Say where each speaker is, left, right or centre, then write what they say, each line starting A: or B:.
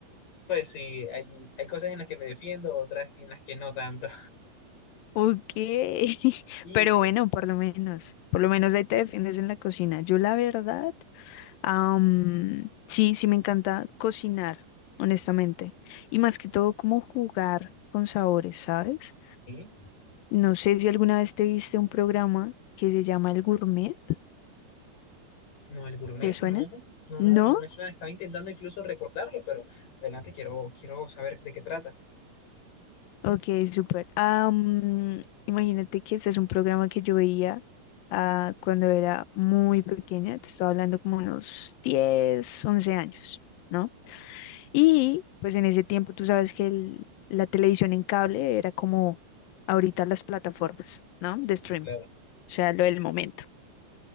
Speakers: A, on the left; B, on the left.
A: pues sí, hay, hay cosas en las que me defiendo, otras en las que no tanto.
B: Ok, <laughs>
A: <laughs>
B: pero bueno, por lo menos, por lo menos ahí te defiendes en la cocina. Yo la verdad, am, sí, sí me encanta cocinar, honestamente, y más que todo como jugar con sabores, ¿sabes?
A: Y,
B: No sé si alguna vez te viste un programa que se llama El Gourmet,
A: No, el gourmet,
B: ¿te suena?
A: no, no,
B: ¿No?
A: no, no me suena. Estaba intentando incluso recordarlo, pero adelante quiero, quiero saber de qué trata.
B: Ok, súper. Am, imagínate que este es un programa que yo veía ah, cuando era muy pequeña, te estaba hablando como unos 10, 11 años, ¿no? Y pues en ese tiempo tú sabes que el- la televisión en cable era como ahorita las plataformas, ¿no? De streaming,
A: Y claro,
B: o sea, lo del momento.